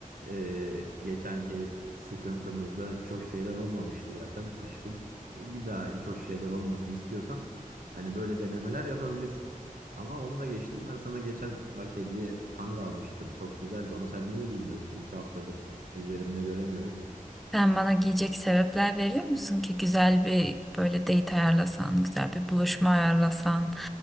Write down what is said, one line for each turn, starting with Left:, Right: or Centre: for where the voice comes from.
Right: e, geçenki sıkıntımızda hiç hoş şeyler olmamıştı zaten aşkım. E, Bir daha hiç hoş şeyler olmasını istiyorsan hani böyle denemeler yapabilirsin. Ama onu da geçtim. Ben sana geçen bak hediye tanga almıştım. Çok güzeldi. Onu sen niye giymiyorsun? İki haftadır üzerinde göremiyoruz.
Centre: Sen bana giyecek sebepler veriyor musun ki güzel bir böyle date ayarlasan, güzel bir buluşma ayarlasan,